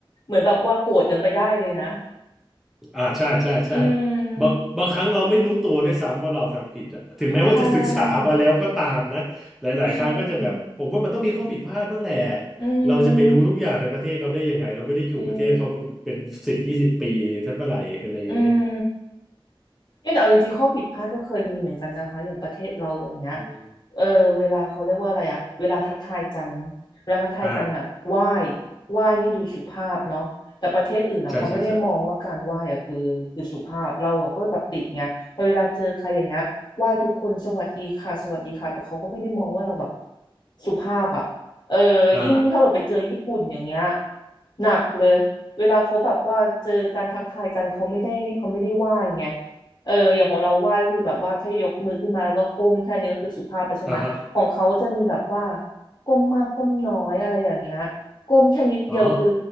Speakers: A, on the left (about 50°); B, in the centre.
A: เหมือนแบบว่าโกรธกันไปได้เลยนะ
B: อ่าใช่ใช่ใช่
A: อื
B: บางบางครั้งเราไม่รู้ตัวด้วยซ้ำว่าเราทำผิดอะถึงแม้ว่าจะศึกษามาแล้วก็ตามนะหลายๆครั้งก็จะแบบผมว่ามันต้องมีข้อผิดพลาดบ้างแหละ
A: มใช่ใช่อื
B: เราจะไปรู้ทุกอย่างในประเทศเขาได้ยังไงเราไม่ได้อยู่ประเทศเขามาเป็นเป็นสิบยี่สิบปีทั้งเมื่อไหร่อะไรอย่างเงี้ย
A: มจริงอืม เนี่ยแต่เอาจริงๆข้อผิดพลาดก็เคยมีเหมือนกันนะคะอย่างประเทศเราอย่างเงี้ย
B: อืม
A: เออเวลาเขาเรียกว่าอะไรอะเวลาทักทายกันเวลาทักทายกันอะไหว้
B: อ่า
A: ไหว้นี่ดูสุภาพเนาะแต่ประเทศอื่นอะเขาไม่ได้มองว่าการไหว้อะคือคือสุภาพเราอะก็แบบติดไงพอเวลาเจอใครอย่างเงี้ยไหว้ทุกคนสวัสดีค่ะสวัสดีค่ะแต่เขาก็ไม่ได้มองว่าเราแบบ
B: ใช่ใช่ใช่
A: สุภาพอะเออยิ่งถ้าแบบไปเจอญี่ปุ่นอย่างเงี้ย
B: อ่า
A: หนักเลยเวลาเขาแบบว่าเจอการทักทายกันเขาไม่ได้เขาไม่ได้ไหว้ไง เอออย่างของเราไหว้ก็คือแบบว่าแค่ยกมือขึ้นมาแล้วก็ก้มแค่นี้ก็คือสุภาพแล้วใช่ไหมของเขาจะมีแบบว่า
B: อ่าฮะ
A: ก้มมากก้มน้อยอะไรอย่างเงี้ยก้มแค่นิดเดียวคือ
B: อ๋อ